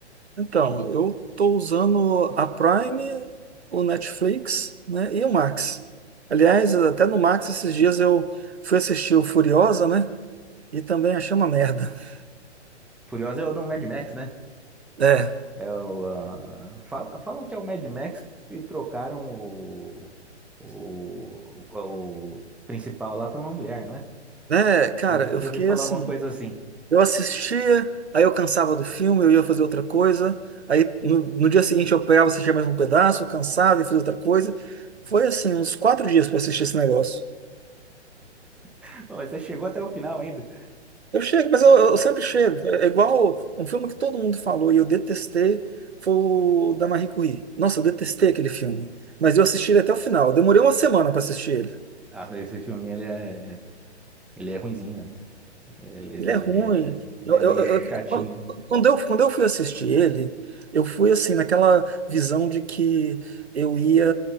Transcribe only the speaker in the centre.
Furiosa é o do Mad Max, né?
É o, ah, fala- falam que é o Mad Max que trocaram o, o, o, o principal lá pra uma mulher, não é?
Eu já
já
ouvi falar
alguma coisa assim.
<laughs> Mas você chegou até o final ainda.
Ah, esse filme, ele é, ele é ruinzinho, né? Ele,
ele
é, ele
é
meio
chatinho.